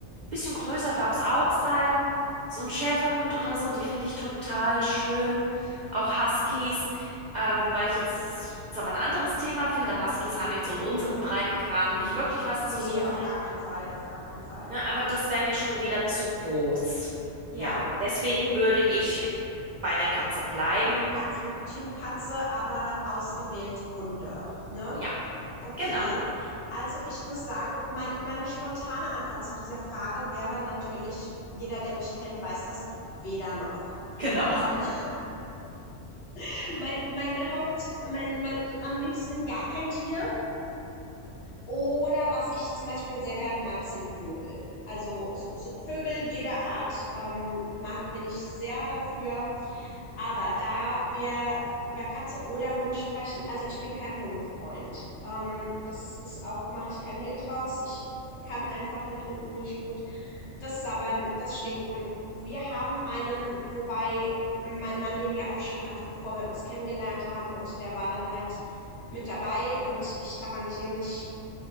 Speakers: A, on the right; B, on the left.
A: bisschen größer darf es auch sein. So ein Schäferhund oder so, die finde ich total schön. Auch Huskies, ähm, wobei ich jetzt, ist aber ein anderes Thema, finde, Huskies haben jetzt so in unseren Breitengraden
B: Nee.
A: nicht wirklich was
B: Nee,
A: zu suchen.
B: auf gar keinen Fall. Auf gar keinen Fall.
A: Ne, aber das wäre mir schon wieder zu groß.
B: Ja.
A: Ja, deswegen würde ich bei der Katze bleiben.
B: Also Team Katze, aber ausgewählte Hunde. Ne?
A: Ja,
B: Okay.
A: genau,
B: Also ich muss sagen, mein, meine spontane Antwort zu dieser Frage wäre natürlich, jeder, der mich kennt, weiß das, weder noch.
A: genau.
B: Ähm, <laughs> mein, meine Haupt, mein, mein, am liebsten gar kein Tier. Oder was ich zum Beispiel sehr gerne mag, sind Vögel. Also so, so Vögel jeder Art ähm, mag, bin ich sehr dafür. Aber da wir über Katze oder Hund sprechen, also ich bin kein Hundefreund. Ähm, das ist auch, mache ich kein Hehl draus. Ich kann einfach mit Hunden nicht gut das Sabbern, das Stinken. Wir haben einen, wobei mein Mann den ja auch schon hatte, bevor wir uns kennengelernt haben und der war dann halt mit dabei und ich arrangiere mich